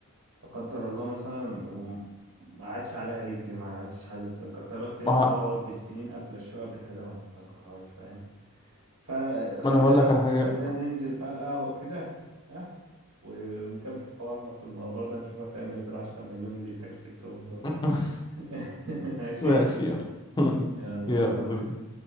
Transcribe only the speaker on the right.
لا قدر الله مثلا وما عادش عليها رجل ما عادش عايزة تتأجر خلي بالك في ناس
بتقعد
بالسنين قافلة الشقة بتاعتها ما بتتأجرهاش فاهم؟ فخلينا
خلينا ننزل بقى القهوة كده ها ونكمل حوارنا في الموضوع ده نشوف هتعمل ايه بالعشرة مليون اللي انت كسبتهم دول
<laughs> ماشي
يلا
بقى.